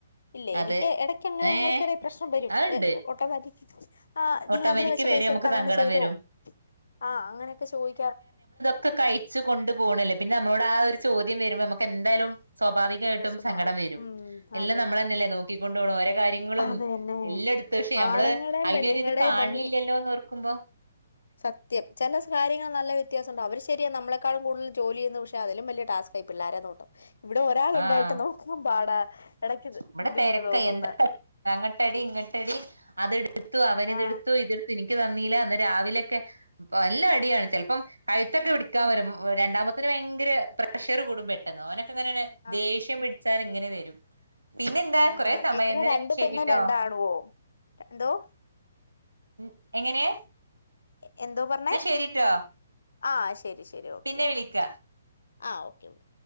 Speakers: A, on the left; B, on the right.
A: ഇല്ലേ
B: അതെ
A: എനിക്ക് ഇടയ്ക്ക് അങ്ങനെ
B: ഏ
A: ഞങ്ങക്കിട പ്രശ്നം വരും
B: അത്ണ്ട്
A: ഓട്ടോമാറ്റിക്ക് ആഹ് നീ
B: ഓട്ടോമാറ്റിക്
A: അതിന് വെച്ച
B: വരും
A: പൈസ
B: നമുക്ക്
A: എടുത്ത് അങ്ങനെ
B: സങ്കടം
A: ചെയ്തോ?
B: വരും
A: ആഹ് അങ്ങനെയൊക്കെ ചോദി
B: ക്കെ കയിച്ച് കൊണ്ട് പോണല്ലേ പിന്നെ നമ്മളോട് ആ ഒരു ചോദ്യം വെരുമ്പോ നമ്മക്കെന്തായാലും സ്വാഭാവികായിട്ടും
A: വിഷമാവും
B: സങ്കടം വെരും
A: ഉം
B: എല്ലാം
A: അതന്നെ
B: നമ്മളെന്നെയല്ലേ നോക്കിക്കൊണ്ടു പോണേ ഓരെ കാര്യങ്ങളും
A: അതന്നെ
B: എല്ലെട് ത്ത്ക്ഷേ നമ്മള്
A: ആണുങ്ങളുടെയും
B: അയിനൊരിത്
A: പെണ്ണുങ്ങളുടെയും
B: കാൺണില്ലല്ലോന്നോർക്കുമ്പോ
A: തമ്മി സത്യം ചെല കാര്യങ്ങൾ നല്ല വെത്യാസൊണ്ട് അവര് ശെരിയാ നമ്മളെക്കാളും കൂടുതൽ ജോലി ചെയ്യുന്നു പക്ഷെ അതിലും വല്യ ടാസ്ക് ഈ പിള്ളാരെ നോട്ടം ഇവിടെ ഒരാളൊണ്ടായിട്ട്
B: ആഹ്
A: നോക്കുമ്പം പാടാ. ഇടയ്ക്ക്
B: ഇവിടെ
A: ബുദ്ധിമുട്ട്
B: തെരക്കാ
A: തോന്നുന്ന
B: എന്തെക്കെ അങ്ങട്ടടി ഇങ്ങട്ടടി അതെടുത്തു അവനിതെടുത്തു
A: ആ
B: ഇതെടുത്ത് ഇനി എനിക്ക് തന്നീല്ലാ ഇന്ന് രാവിലെക്കെ ഇപ് നല്ല അടിയാണ് ചെലപ്പം കഴുത്തൊക്കെ പിടിക്കാൻ വെരും ഉം രണ്ടാമത്തേന് ഭയങ്കര പ്രഷറ് കൂടും പെട്ടെന്ന് ഓനൊക്കെ ഇങ്ങനെ
A: ആ
B: ദേഷ്യം പിടിച്ചാല് ഇങ്ങനെ വെരും. പിന്നെന്താ
A: ആ
B: കൊറേ സമയായി
A: എത്ര
B: എന്നാല്
A: രണ്ട്
B: ശെരിട്ടോ.
A: പെണ്ണും രണ്ടാണുവോ എന്തോ
B: ഉം എങ്ങനെ?
A: എ എന്തോ പറഞ്ഞെ?
B: എന്നാ ശരിട്ടോ
A: ആഹ് ശരി ശരി ഓക്കേ
B: പിന്നെ
A: ഓക്കെ
B: വിളിക്ക
A: വെച്ചോ ആഹ് ഓക്കെ <unintelligible>